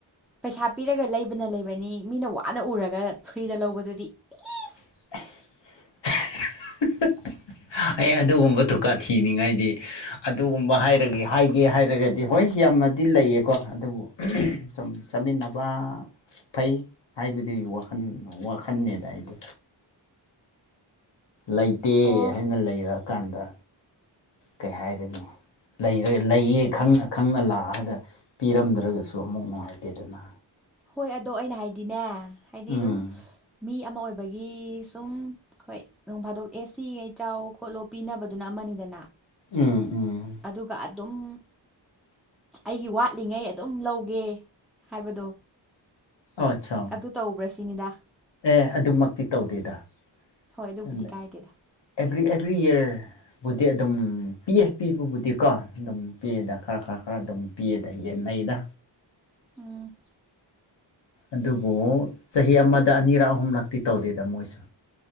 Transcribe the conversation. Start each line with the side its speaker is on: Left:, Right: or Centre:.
Centre: ꯄꯩꯁꯥ ꯄꯤꯔꯒ ꯂꯩꯕꯅ ꯂꯩꯕꯅꯤ ꯃꯤꯅ ꯋꯥꯅ ꯎꯔꯒ ꯐ꯭ꯔꯤꯗ ꯂꯧꯕꯗꯨꯗꯤ ꯑꯦꯁ
Left: <inaudible> <unintelligible> ꯑꯩ ꯑꯗꯨꯒꯨꯝꯕ ꯗꯨꯀꯥ ꯊꯤꯅꯤꯡꯉꯥꯏꯗꯤ ꯑꯗꯨꯒꯨꯝꯕ ꯍꯥꯏꯔꯒ ꯍꯥꯏꯒꯦ ꯍꯥꯏꯔꯒꯗꯤ ꯍꯣꯏ ꯌꯥꯝꯅꯗꯤ ꯂꯩꯌꯦꯀꯣ ꯑꯗꯨꯕꯨ ꯆꯠ ꯆꯠꯃꯤꯟꯅꯕ ꯐꯩ ꯍꯥꯏꯕꯗꯨꯒꯤ ꯋꯥꯈꯜ ꯋꯥꯈꯜꯅꯦꯗ ꯑꯩꯗꯤ ꯂꯩꯇꯦ
Centre: ꯑꯣ
Left: ꯍꯥꯏꯅ ꯂꯩꯔꯛꯀꯥꯟꯗ ꯀꯩ ꯍꯥꯏꯗꯣꯢꯅꯣ ꯂꯩꯔ ꯂꯩꯌꯦ ꯈꯪꯅ ꯈꯪꯅ ꯂꯥꯛꯑꯒ ꯄꯤꯔꯝꯗ꯭ꯔꯒꯁꯨ ꯑꯃꯨꯛ ꯅꯨꯡꯉꯥꯏꯇꯦꯗꯅ
Centre: ꯍꯣꯏ ꯑꯗꯣ ꯑꯩꯅ ꯍꯥꯏꯗꯤꯅꯦ ꯍꯥꯏꯗꯤ
Left: ꯎꯝ
Centre: ꯑꯗꯨꯝ ꯃꯤ ꯑꯃ ꯑꯣꯏꯕꯒꯤ ꯁꯨꯝ ꯍꯣꯏ ꯅꯣꯡ ꯐꯥꯗꯣꯛ ꯑꯦꯁꯤꯒꯩ ꯆꯥꯎ ꯈꯣꯠꯂꯣ ꯄꯤꯅꯕꯗꯨꯅ ꯑꯃꯅꯤꯗꯅ
Left: ꯑꯨꯝ ꯑꯨꯝ
Centre: ꯑꯗꯨꯒ ꯑꯗꯨꯝ ꯑꯩꯒꯤ ꯋꯥꯠꯂꯤꯉꯩ ꯑꯗꯨꯝ ꯂꯧꯒꯦ ꯍꯥꯏꯕꯗꯣ
Left: ꯑꯆꯥ
Centre: ꯑꯗꯨ <unintelligible>
Left: ꯑꯦ ꯑꯗꯨꯃꯛꯇꯤ ꯇꯧꯗꯦꯗ
Centre: ꯍꯣꯏ ꯑꯗꯨꯕꯨꯗꯤ
Left: ꯅꯪꯅ
Centre: ꯀꯥꯏꯗꯦꯗ
Left: ꯑꯦꯕ꯭ꯔꯤ ꯑꯦꯕ꯭ꯔꯤ ꯏꯌꯔ ꯄꯣꯠꯇꯤ ꯑꯗꯨꯝ ꯄꯤꯌꯦ ꯄꯤꯕꯕꯨꯗꯤ ꯀꯣ ꯑꯗꯨꯝ ꯄꯤꯌꯦꯗ ꯈꯔ ꯈꯔ ꯈꯔ ꯑꯗꯨꯝ ꯄꯤꯌꯦꯗ ꯆꯟꯅꯩꯗ
Centre: ꯑꯨꯝ
Left: ꯑꯗꯨꯕꯨ ꯆꯍꯤ ꯑꯃꯗ ꯑꯅꯤꯔꯛ ꯑꯍꯨꯝꯂꯛꯇꯤ ꯇꯧꯗꯦꯗ ꯃꯣꯏꯁꯨ